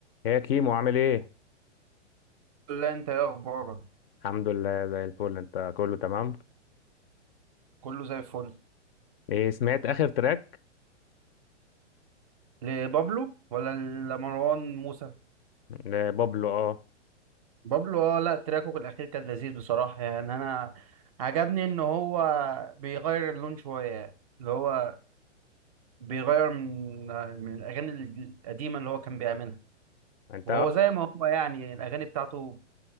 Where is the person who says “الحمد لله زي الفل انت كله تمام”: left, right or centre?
Left